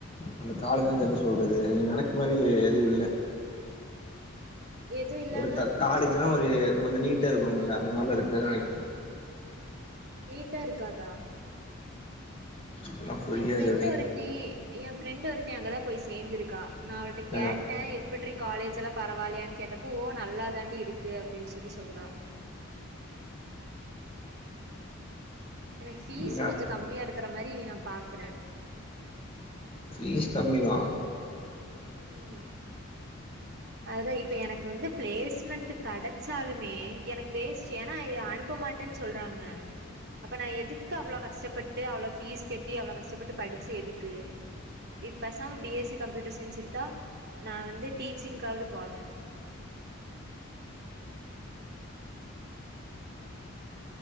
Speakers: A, on the left; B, on the right.
A: அந்த காலைய என்ன சொல்றது நீங்க நினைக்கு மாரி எதும் இல்ல
B: எது இல்லன்னா
A: ஒரு கா காலேஜ்ல்லாம் ஒரு கொஞ்சோ நீட்டா இருக்கும்ல அந்த மார்லா இருக்காதுன்னு நினைக்குற
B: நீட்டா இருக்காதா
A: இப்பல்லா புரியாது
B: என் ஃப்ரெண்டு
A: அப்டி
B: ஒருத்தி என் ஃப்ரெண்டு ஒருத்தி அங்க தான் போய் சேர்ந்துருக்கா நான் அவள்ட்ட கேட்டேன்
A: ஆ
B: எப் எப்பட்ரி காலேஜ்லாம் பரவாலையான்னு கேட்டப்ப ஓ நல்லா தாண்டி இருக்கு அப்டின்னு சொல்லி சொல்றா எனக்கு ஃபீஸ்
A: நீங்க
B: கொஞ்சோ கம்மியா இருக்கிற மாரி நா பாக்குற
A: ஃபீஸ் கம்மிதா
B: ம் அதான் இப்ப எனக்கு வந்து பிளேஸ்மெண்ட் கிடைச்சாலுமே எனக்கு வேஸ்ட் ஏன்னா ஐஅனு ப்ப மாட்டேன்னு சொல்றாங்க அப்ப நான் எதுக்கு அவ்ளோ கஷ்டப்பட்டு அவ்ளோ ஃபீஸ் கெட்டி அவ்ளோ கஷ்டப்பட்டு படிச்சு எதுக்கு இ பெசாம B S C computer science எடுத்தா நான் வந்து டீச்சிங்க்காவது போவே